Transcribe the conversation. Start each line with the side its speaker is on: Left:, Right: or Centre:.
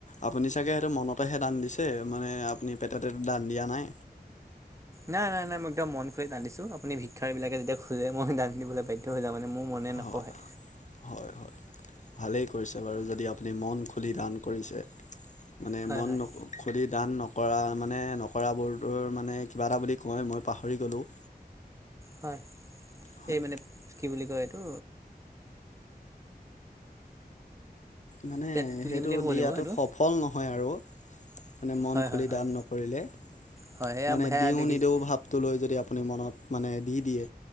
Left: আপুনি চাগে সেইটো মনতেহে দান দিছে মানে আপুনি পেটতে দান দিয়া নাই।
Right: নাই নাই নাই মই একদম মন খুলি দান দিছো, আপুনি ভিক্ষাৰীবিলাকে যেতিয়া খোজে মই দান দিবলৈ বাধ্য হৈ যাওঁ মানে মোৰ মনে নকয়।
Left: হয় হয় হয় ভালেই কৰিছে বাৰু যদি আপুনি মন খুলি দান কৰিছে মানে
Right: হয়
Left: মন
Right: হয়
Left: ন। খুলি দান নকৰা মানে নকৰাবোৰটোৰ মানে কিবা এটা বুলি কয় মই পাহৰি গ'লোঁ
Right: হয়
Left: হয়
Right: এই মানে কি বুলি কয় এইটো।
Left: মানে
Right: পেট কুলি
Left: সেইটো
Right: বুলিয়ে ক'ব
Left: দিয়াটো
Right: লাগিব সেইটো
Left: সফল নহয় আৰু। মানে মন
Right: হয়
Left: খুলি
Right: হয় হয়
Left: দান নকৰিলে
Right: হয় সেয়া
Left: মানে
Right: সেয়া
Left: দিওঁ
Right: দেখিছোঁ
Left: নিদিও ভাব। টো লৈ যদি আপুনি মনত মানে দি দিয়ে।